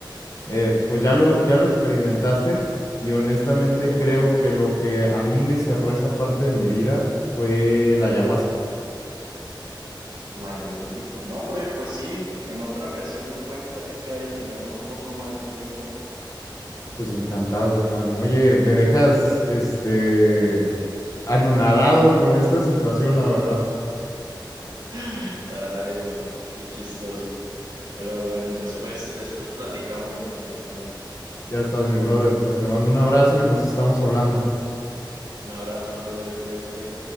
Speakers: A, on the left; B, on the right.
A: eh, pues ya lo, ya lo experimentaste y honestamente
B: ujú.
A: creo que lo que a mí me cerró esa parte de mi vida fue la ayahuasca.
B: Magnífico. No, hombre, pues sí, en otra ocasión me cuentas, ya que ya tengamos un poco más de tiempo.
A: Pues encantado, hermano. Oye, me dejas este anonadado con esta situación, la verdad.
B: <laughs> Ay, no, qué chistoso. Pero bueno, después, después platicamos más, mi hermano.
A: Ya estás, mi brother. Pues te mando un abrazo y nos estamos hablando.
B: Un abrazo, brother, cuídate.